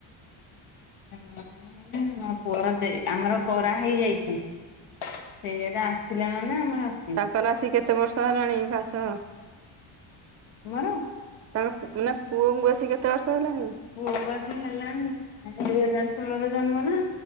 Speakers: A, on the left; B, on the right.
A: <unintelligible> ପୁଅର ଦେ ଆମର କରା ହେଇଯାଇଚି। ସେଇ ଯାଇଟା ଆସିଲା ମାନେ ଆମର ଆସ
B: ତାଙ୍କର ରାଶି କେତେ ବର୍ଷ ହେଲାଣି <unintelligible>
A: <unintelligible>
B: ତାଙ୍କ ପୁ ନା ପୁଅଙ୍କୁ ଆସି କେତେ ବର୍ଷ ହେଲାଣି?
A: ପୁଅ କୁ ଆସିକି ହେଲାଣି ଦି ହଜାର ଷୋହଳରେ ଜନ୍ମ ନା।